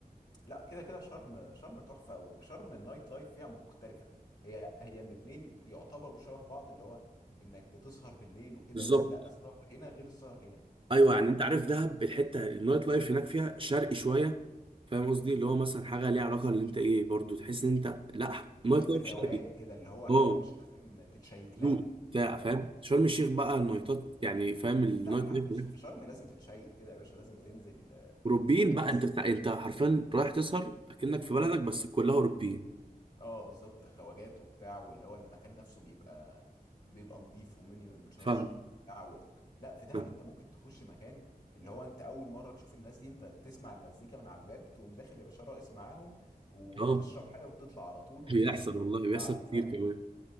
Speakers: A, on the left; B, on the right.
A: لا كده كده شرم شرم تحفة وشرم النايت لايف فيها مختلفة هي هي الاتنين يعتبروا شبه بعض اللي هو انك بتسهر بالليل وكده
B: بالظبط
A: بس لا السهر هنا غير السهر هنا
B: ايوه
A: فاهم
B: يعني انت عارف دهب الحته النايت لايف هناك فيها شرقي شويه فاهم قصدي اللي هو مثلا حاجه ليها علاقه اللي انت ايه برضو تحس ان انت لا
A: حاجة
B: نايت
A: في
B: لايف
A: الروقان
B: شرقي
A: كده اللي هو حاجة
B: اه
A: مش لازم تتشيك
B: هدوء
A: لها
B: بتاع
A: فاهم
B: فاهم شرم الشيخ بقى النايتات يعني فاهم النايت
A: لا ح-
B: لايف
A: في
B: هناك
A: شرم لازم تتشيك كده يا باشا لازم تنزل آه،
B: اوروبيين
A: لابس
B: بقى انت انت حرفيا رايح تسهر اكنك في بلدك بس كلها اوروبيين
A: اه بالظبط خواجات وبتاع واللي هو المكان نفسه بيبقى بيبقى نظيف ومينيمم تشارج
B: فاهم
A: وبتاع و... لا في دهب
B: فاهم
A: انت ممكن تخش مكان اللي هو انت اول مره تشوف الناس دي انت تسمع المزيكا من على الباب تقوم داخل يا باشا راقص معاهم وتشرب
B: اه
A: حاجه وتطلع على طول وتخش
B: بيحصل
A: المكان
B: والله
A: اللي
B: بيحصل
A: بعده
B: كتير
A: فاهم
B: كمان